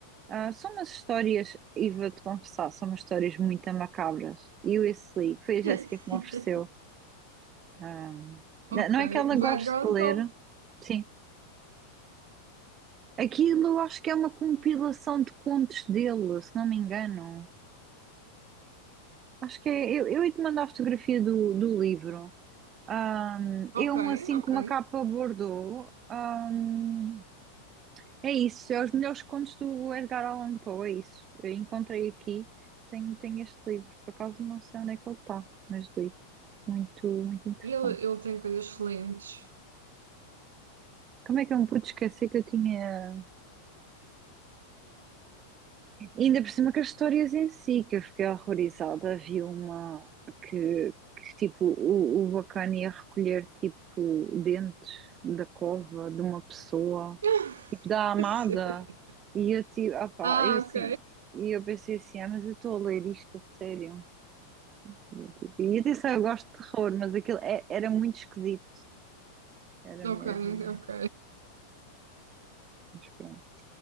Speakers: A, on the right (about 30°); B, on the right (about 65°).
A: Ah, são umas histórias, e vou-te confessar, são umas histórias muito macabras. E eu esse li, foi a Jéssica
B: <laughs>
A: que me ofereceu. Ahm, não
B: Ok.
A: é que ela
B: Do
A: goste
B: Edgar Allan
A: de ler,
B: Poe.
A: sim. Aquilo eu acho que é uma compilação de contos dele, se não me engano. Acho que é. Eu, eu ia te mandar a fotografia do, do livro. Ahm,
B: Ok,
A: é um assim
B: ok.
A: com uma capa bordô. Ahm, é isso, é os melhores contos do Edgar Allan Poe, é isso. Eu encontrei aqui, tenho, tenho este livro, por acaso não sei onde é que ele está, mas li. Muito, muito interessante.
B: Ele, ele tem coisas excelentes.
A: Como é que eu me pude esquecer que eu tinha. Ainda por cima que as histórias em si, que eu fiquei horrorizada. Havia uma que, que, tipo, o, o bacana ia recolher, tipo, dentes da cova de uma pessoa.
B: <laughs>
A: tipo, da Amada.
B: A sério.
A: E eu tipo, opá,
B: Ah,
A: eu assim,
B: ok.
A: e eu pensei assim, ah, mas eu estou a ler isto a sério. E, eu, tipo, e atenção, eu gosto de terror, mas aquilo é- era muito esquisito, era mesmo.
B: Ok, ok.
A: Mas pronto,